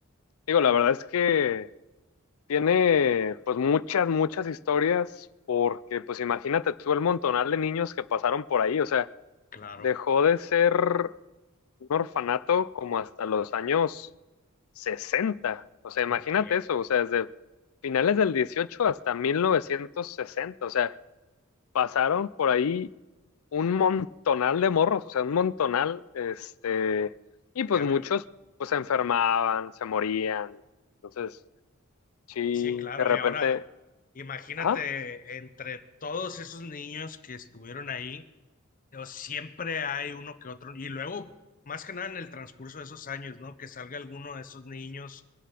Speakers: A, on the left; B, on the left.
A: digo, la verdad es que tiene pues muchas, muchas historias porque pues imagínate tú el montonal de niños que pasaron por ahí, o sea,
B: claro,
A: dejó de ser un orfanato como hasta los años 60. o sea,
B: ok,
A: imagínate eso, o sea, desde finales del 18 hasta 1960, o sea, pasaron por ahí un montonal de morros, o sea, un montonal, este, y pues
B: ya
A: muchos
B: me ima-
A: pues se enfermaban, se morían. Entonces, sí,
B: Sí, claro,
A: de repente,
B: y ahora imagínate
A: ajá,
B: entre todos esos niños que estuvieron ahí. o siempre hay uno que otro, y luego, más que nada en el transcurso de esos años, ¿no? Que salga alguno de esos niños,